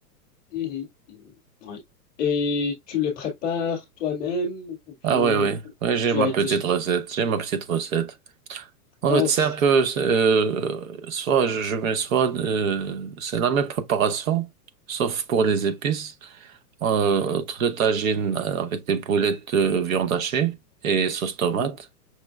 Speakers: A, in the centre; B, on the right.
A: Mhm. Mhm. Oui. Et tu le prépares toi-même ou bien
B: Ah oui, oui, oui, j'ai
A: tu
B: ma
A: as
B: petite
A: déjà...
B: recette, j'ai ma petite recette. En
A: Oh,
B: fait, c'est
A: pff,
B: un peu, euh, soit je, je mets soit, euh, c'est la même préparation, sauf pour les épices. Euh, entre le tagine avec des boulettes de viande hachée et sauce tomate,
A: mhm.